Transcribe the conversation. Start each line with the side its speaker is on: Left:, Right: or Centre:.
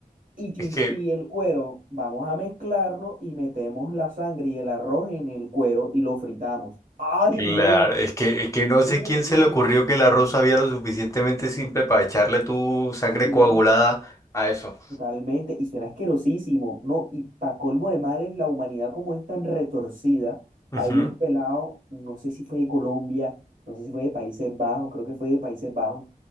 Right: y, chin-
Left: es que,
Right: y el cuero, vamos a mezclarlo y metemos la sangre y el arroz en el cuero y lo fritamos. ¡Ay,
Left: claro,
Right: no!
Left: es que, es que no
Right: Oye,
Left: sé quién
Right: no,
Left: se le ocurrió que el arroz había lo suficientemente simple para echarle tu sangre
Right: suena
Left: coagulada a eso.
Right: totalmente y suena asquerosísimo, ¿no? Y para colmo de males, la humanidad como es tan retorcida,
Left: Ujú.
Right: hay un pelado, no sé si fue de Colombia, no sé si fue de Países Bajos, creo que fue de Países Bajos,